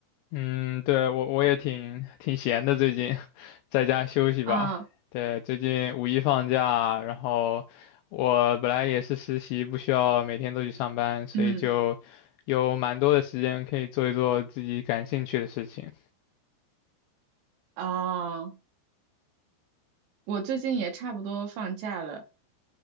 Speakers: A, on the left; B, on the right.
A: 嗯，对，我我也挺挺闲的，最近 <laughs> 在家休息吧。
B: 啊，
A: 对，最近五一放假，然后我本来也是实习，不需要每天都去上班，所以就有蛮多的时间可以做一做自己感兴趣的事情。
B: 嗯，哦，我最近也差不多放假了，